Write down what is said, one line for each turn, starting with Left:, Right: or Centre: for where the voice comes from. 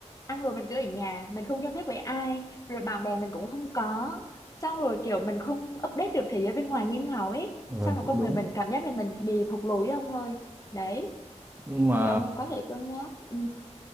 Left: ăn rồi mình cứ ở nhà, mình không giao tiếp với ai, rồi bạn bè mình cũng không có, xong rồi kiểu mình không update được thế giới bên ngoài như thế nào ấy,
Right: ờ
Left: xong rồi
Right: cũng
Left: con
Right: đúng
Left: người mình cảm giác là mình bị thụt lùi ấy ông ơi, đấy
Right: nhưng mà
Left: thì ông có thể cân nhắc, ừ,